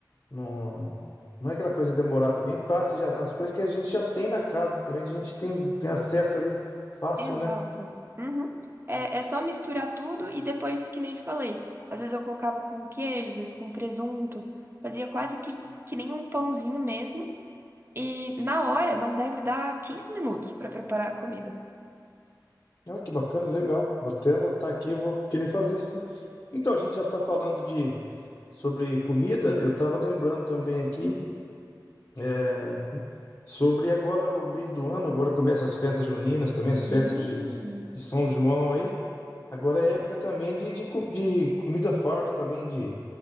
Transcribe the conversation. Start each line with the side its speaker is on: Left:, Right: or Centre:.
Left: não, não é aquela coisa demorada, é bem prático. Você já- as coisas que a gente já tem na casa também, que a gente tem, tem acesso ali fácil,
Right: Exato.
Left: né?
Right: Uhum. É, é só misturar tudo e depois, que nem te falei, às vezes eu colocava com queijo, às vezes com presunto, fazia quase que, que nem um pãozinho mesmo. E na hora, não deve dar 15 minutos para preparar a comida.
Left: Olha que bacana, legal. Vou até anotar aqui, eu vou querer fazer sim. Então, a gente já está falando de sobre comida, eu estava lembrando também aqui é, sobre agora o meio do ano, agora começa as festas juninas também, as festas
Right: Hum,
Left: de de São João aí. Agora é época também de, de, co- de comida farta também, de